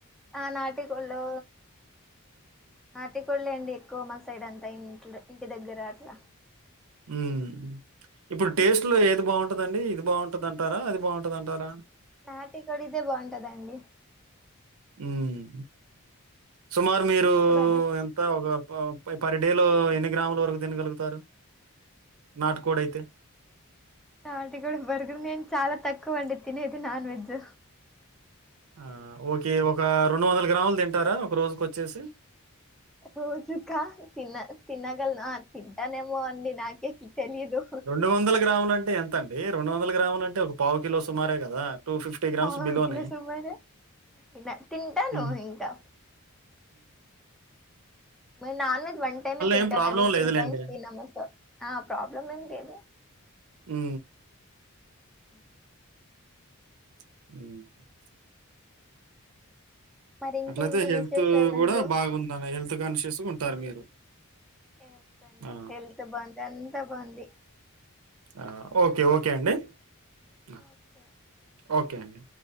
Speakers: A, in the centre; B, on the right.
A: ఆ నాటికోళ్ళు, నాటికోళ్ళే అండి ఎక్కువ మా సైడ్ అం త ఇంట్ల్ ఇంటి దగ్గర అట్ల
B: మ్ ఇప్పుడ్ టేస్ట్లో ఏది బావున్ టదండి ఇది బాగుంటదంటారా అది బాగుంటదంటారా?
A: నాటి కోడిదే బావుంటదండి.
B: మ్ సుమారు మీరూ
A: ఎప్పుడు అదే
B: ఎంత ఒక పా పై పర్ డేలో ఎన్ని గ్రాములు వరకు తినగలుగుతారు. నాటుకోడైతే?
A: ఆటిక్ కూడా బర్గర్ నేన్ చాలా తక్కువండి. తినేది నాన్ వెజ్.
B: ఆ ఓకే ఒక రెండు వందల గ్రాములు తింటారా ఒక రోజుకోచ్చేసి.
A: రోజుకా తిన తినగలన తింటానేమో అండి నాకే తెలియదు
B: రొండు వందల గ్రాములంటే ఎంతండి రొండు వందల గ్రాములంటే ఒక పావుకిలో సుమారే గదా టూ ఫిఫ్టీ గ్రామ్స్
A: పావు
B: బిలోనే
A: కిలో సుమారు తిన తింటాను
B: మ్
A: ఇంకా మేమ్ నాన్ వెజ్ వన్ టైమే తింటాన్
B: ఏం ప్రాబ్లం
A: అది త్రీ
B: లేదులేండి.
A: టైమ్స్ తినము స ఆ ప్రాబ్లమ్ ఏం లేదు.
B: మ్
A: ఓఒ
B: మ్
A: మరి ఇంకేంటి
B: అట్లైతే హెల్త్
A: విశేషాలండి
B: గూడా బాగుండలె హెల్త్ కాన్షియస్ గుంటారు
A: హెల్త్
B: మీరు
A: ఎస్ అండి
B: ఆ!
A: హెల్త్ బావుంది అంతా బావుంది.
B: ఆ! ఓకే ఓకే అండి. ఆ!
A: ఓకే ఓ
B: ఓకే అండి.